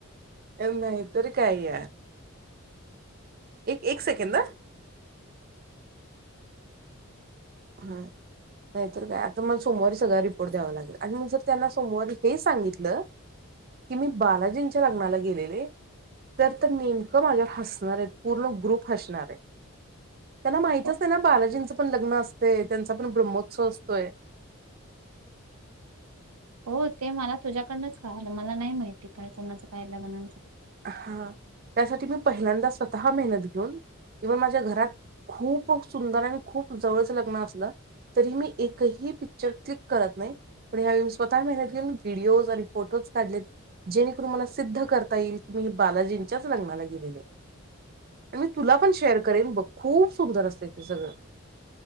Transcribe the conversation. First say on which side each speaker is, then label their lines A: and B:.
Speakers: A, on the right; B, on the right.
A: नाह्यतर काय यार एक एक सेकंद आ हा नाहीर काय आता मला सोमवारी सगळा रिपोर्ट द्यावा लागेल, आणि मग जर त्यांना सोमवारी हे सांगितलं. कि मी बालाजींच्या लग्नाला गेलेले. तर तर नेमकं माझ्यावर हसणारेत, पूर्ण ग्रुप हसणारय. त्यांना माहितच
B: हो
A: नाय ना बालाजींचं पण लग्न अस. ते त्यांचा पण ब्रह्मोत्सव असतोय.
B: हो ते मला तुझ्याकडनंच कळालं, मला नाही माहिती काही कोणाचं काय लग्ना
A: हा त्यासाठी मी पहिल्यांदा स्वतः मेहनत घेऊन इव्हन माझ्या घरात खूप सुंदर आणि खूप जवळचं लग्न असलं तरी मी एकही पिक्चर क्लिक करत नाही पण यावेळी मी स्वतः मेहनत घेऊन व्हिडिओज आणि फोटोज काढलेत जेणेकरून मला सिद्ध करता येईल मी बालाजींच्याच लग्नाला गेलेले मी तुला पण शेअर करेन बघ खूप सुंदर असते ते सगळं